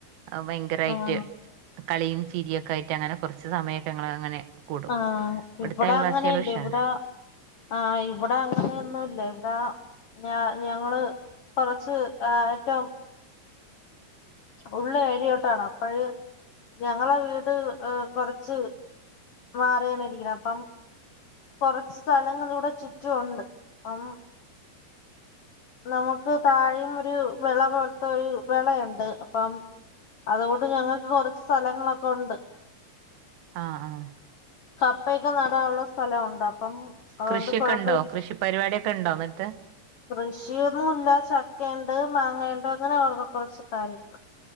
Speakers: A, on the right (about 85°); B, on the left (about 80°).
A: ഔ ഭയങ്കരായിട്ട്
B: ആഹ്
A: കളിയും ചിരിയൊക്കെ ആയിട്ട് അങ്ങനെ കുറച്ച് സമയമൊക്കെ ഞങ്ങള് അങ്ങനെ കൂടും
B: ആ
A: ഇവിടുത്തെ
B: ഇവിടെ
A: അയൽവാസികള്
B: അങ്ങനെ ഇല്ല
A: ഉഷാറാ
B: ഇവിടെ ആ ഇവിടെ അങ്ങനെയൊന്നും ഇല്ല ഇവിടെ ഞ ഞങ്ങള് കൊറച്ച് <unintelligible> ഉള്ള ഏരിയോട്ടാണ് അപ്പഴ് ഞങ്ങളെ വീട് ഹ് കൊറച്ച് മാറിയാണ് ഇരിക്കണ് അപ്പം കൊറച്ച് സ്ഥലങ്ങളിലൂടെ ചുറ്റും ഉണ്ട്. അപ്പം നമുക്ക് താഴെയും ഒരു വിള പോലത്തെ ഒരു വിളയുണ്ട്. അപ്പം അതുകൊണ്ട് ഞങ്ങൾക്ക് കൊറച്ച് സ്ഥലങ്ങളൊക്കെ ഉണ്ട്.
A: അ ആ
B: കപ്പയൊക്കെ നടാനുള്ള സ്ഥലം മുണ്ട്. അപ്പം അതുകൊണ്ട്
A: കൃഷിയൊക്കെ
B: കൊഴപ്പ
A: ഉണ്ടോ? കൃഷി പരിപാടിയൊക്കെ ഉണ്ടോ? എന്നിട്ട്
B: കൃഷിയൊന്നും ഇല്ല ചക്കണ്ട് മാങ്ങയുണ്ട് അങ്ങനെ അവടെന്ന കുറച്ച് കാര്യങ്ങള്